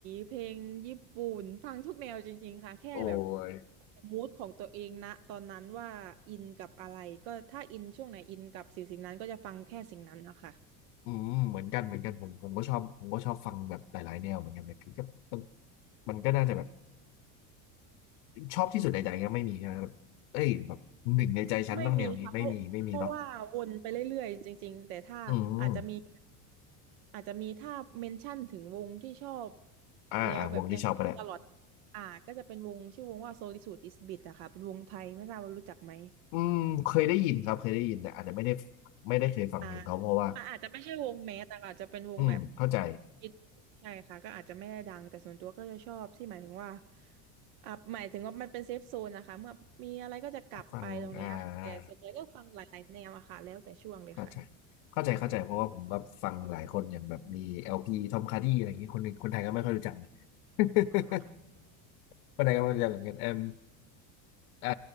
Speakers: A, on the right; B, on the left.
A: เพลงญี่ปุ่นฟังทุกแนวจริงๆค่ะแค่แบบ
B: โอ้ย
A: มูดของตัวเองนะตอนนั้นว่าอินกับอะไรก็ถ้าอินช่วงไหนอินกับสิ่งสิ่งนั้นก็จะฟังแค่สิ่งนั้นนะคะ
B: อืมเหมือนกันเหมือนกันผมผมก็ชอบผมก็ชอบฟังแบบหลายๆแนวเหมือนกันเลยคือก็มันมันก็น่าจะแบบชอบที่สุดในใจก็ไม่มีใช่ไหมแบบเอ้ยแบบหนึ่งในใจฉันต้องแนวนี้ไม่มีไม่มีเนาะ
A: ไม่มีค่ะเพราะเพราะว่าวนไปเรื่อยๆจริงๆแต่ถ้าอาจจะมีแบบ
B: อืม
A: อาจจะมีถ้าเมนชั่นถึงวงที่ชอบ
B: อ่าอ่าวงที่ชอบก็ได้
A: แล้วแบบยังตลอดอ่าก็จะเป็นวงชื่อวงว่า Solitude is Bit อะค่ะเป็นวงไทยไม่ทราบว่ารู้จักไหม
B: อืมเคยได้ยินครับเคยได้ยินแต่อาจจะไม่ได้ไม่ได้เคยฟังเพลงเขาเพราะว่า
A: อ่าอ่าอาจจะไม่ใช่วงแมสแต่อาจจะเป็นวงแบบ
B: อืมเข้าใจ
A: อินใช่ค่ะก็อาจจะไม่ได้ดังแต่ส่วนตัวก็จะชอบที่หมายถึงว่าอ่าหมายถึงว่ามันเป็นเซฟโซนนะคะเมื่อมีอะไรก็จะกลับไปตรงเนี้ยค่ะแต่ส่วนใหญ่ก็ฟังหลายๆแนวอะค่ะแล้วแต่ช่วงเลยค่ะ
B: ฟังอ่าเข้าใจเข้าใจเข้าใจเพราะว่าผมแบบฟังหลายคนอย่างแบบมีเอลพีทอมคาร์ดี้อะไรอย่างงี้คนอื่นคนไทยก็ไม่ค่อยรู้จักเลย <laughs>
A: อ่าค่ะ
B: คนไทยก็ไม่รู้จักเหมือนกันเอมเออ